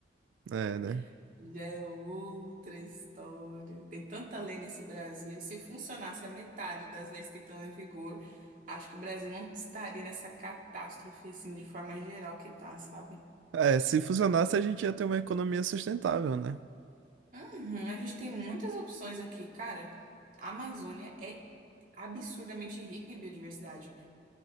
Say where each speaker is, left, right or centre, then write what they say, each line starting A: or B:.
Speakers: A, on the right (about 80°); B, on the right (about 45°).
A: É, né?
B: <laughs> já é outra história. Tem tanta lei nesse Brasil. Se funcionasse a metade das leis que estão em vigor, acho que o Brasil não estaria nessa catástrofe assim de forma geral que tá, sabe?
A: É, se funcionasse, a gente ia ter uma economia sustentável, né?
B: Uhum, a gente tem muitas opções aqui, cara. A Amazônia é absurdamente rica em biodiversidade.